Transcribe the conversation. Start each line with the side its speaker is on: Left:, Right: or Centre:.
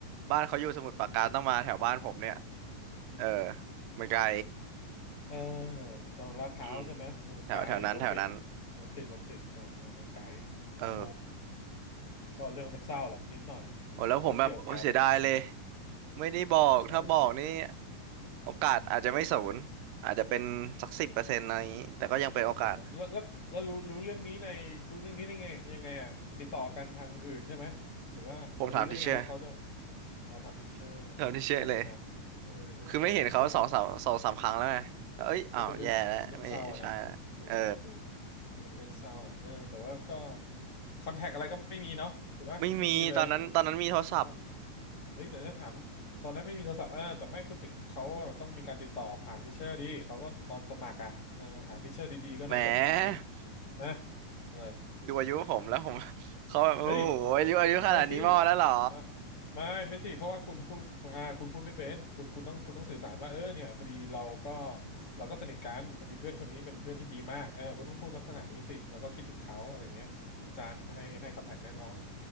Right: บ้านเขาอยู่สมุทรปราการต้องมาแถวบ้านผมเนี่ยเออมันไกล
Left: เออถูกต้องลาดพร้าวใช่ไหมเออมันไกลรถติด
Right: อืมแถวแถวนั้นแถวนั้น
Left: รถติดรถติดเออเออเออไกล
Right: เออ
Left: ถูกก็เรื่องมันเศร้าแหละนิดหน่อย
Right: โอ้แล้วผมแบบโอ้เสียดายเลย
Left: มันก็เกี่ยวกับ
Right: ไม่ได้บอก
Left: ใช่ใช่
Right: ถ้าบอกนี่โอกาสอาจจะไม่ศูนย์อาจจะเป็นสักสิบเปอร์เซ็นต์อะไรอย่างนี้แต่ก็ยังเป็นโอกาส
Left: เออแล้วแล้วแล้วรู้รู้เรื่องนี้ในรู้เรื่องนี้ได้ไงยังไงอ่ะติดต่อกันทางอื่นใช่ไหมหรือว่ารู้ได้ไงว่าเขาจะ
Right: ผมถามทีเชอร์
Left: เอาถามทิเชอร์
Right: <laughs> ถามทีเชอร์เลย
Left: แต่เออเออเออมันก็เป็น
Right: คือไม่เห็นเขาสองสามสองสามครั้งแล้วไงเอ้ยอ้าวแย่แล้วไม่ใช่แล้วเออ
Left: ก็เป็นเรื่องเรื่องเศร้าอะนะถูกถูกก็เป็นเรื่องเศร้าเออแต่ว่าก็คอนแทคอะไรก็ไม่มีเนาะถูกปะไม่มีเลย
Right: ไม่มีตอนนั้น ตอนนั้นมีโทรศัพท์
Left: อ่ะเฮ้ยแต่ถ้าถามตอนนั้นไม่มีโทรศัพท์อ่าแต่ไม่พูดถึงเขาว่าต้องมีการติดต่อผ่านทิเชอร์ดีเขาก็ตอนสมัครอ่ะเออถามทิเชอร์ดีๆก็น่าจะมี
Right: แหม
Left: นะอะไร
Right: ดูอายุผมแล้วผม <laughs> เขาแบบโอ้โหอายุอายุขนาดนี้มอแล้วเหรอ
Left: เฮ้ยไม่สิเออไม่ไม่สิเพราะว่าคุณพูดอ่าคุณพูดไม่เป็นคุณคุณต้องคุณต้องสื่อสารว่าเออเนี่ยพอดีเราก็เราก็สนิทกันพอดีเพื่อนคนนี้เป็นเพื่อนที่ดีมากเออคุณต้องพูดลักษณะนี้สิแล้วก็คิดถึงเขาอะไรเงี้ยอาจารย์ให้ให้คอนแทคแน่นอน